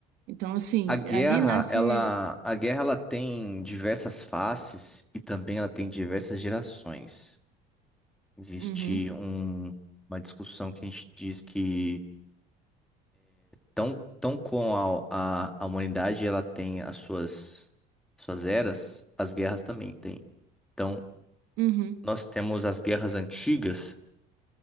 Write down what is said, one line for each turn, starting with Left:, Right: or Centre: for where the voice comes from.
Right: Então, assim,
Centre: A guerra,
Right: ali nasce.
Centre: ela, a guerra, ela tem diversas faces e também ela tem diversas gerações. Existe
Right: Uhum,
Centre: um- uma discussão que a gente diz que tão, tão com a, a, a humanidade ela tem as suas, suas eras, as guerras também têm. Então,
Right: uhum,
Centre: nós temos as guerras antigas,